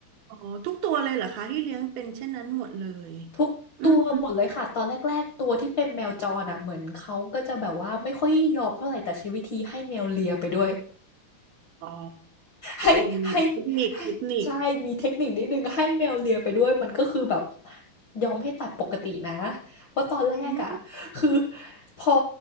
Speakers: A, on the right; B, on the left.
A: อ๋อทุกตัวเลยเหรอคะที่เลี้ยงเป็นเช่นนั้นหมดเลย
B: ทุกตัวหมดเลยค่ะตอนแรกๆตัวที่เป็นแมวจรอ่ะเหมือนเขาก็จะแบบว่าไม่ค่อยยอมเท่าไหร่แต่ใช้วิธีให้แมวเลียไปด้วย
A: อืมอ๋อ
B: ให้ให้
A: มีเทคนิคเทคนิค
B: ให้ใช่ มีเทคนิคนิดนึงให้แมวเลียไปด้วย มันก็คือแบบยอมให้ตัดปกตินะ เพราะตอนแรกอ่ะคือ
A: อ๋อ
B: พอ